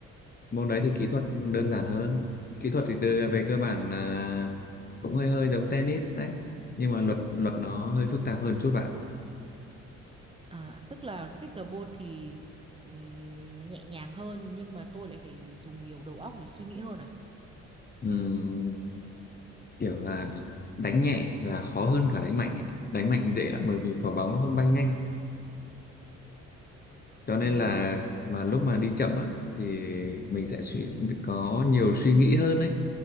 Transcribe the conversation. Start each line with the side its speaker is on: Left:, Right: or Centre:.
Left: môn đấy thì kỹ thuật đơn giản hơn kỹ thuật thì đưa về cơ bản là cũng hơi hơi giống tennis đấy nhưng mà luật luật nó hơi phức tạp hơn chút bạn
Right: à, tức là pickleball thì ừm, nhẹ nhàng hơn nhưng mà tôi lại phải dùng nhiều đầu óc để suy nghĩ hơn à
Left: Ừm, kiểu là đánh nhẹ là khó hơn cả đánh mạnh ấy. đánh mạnh dễ lắm bởi vì quả bóng nó không bay nhanh cho nên
Right: Ừm,
Left: là mà lúc mà đi chậm á thì mình sẽ suy, có nhiều suy nghĩ hơn đấy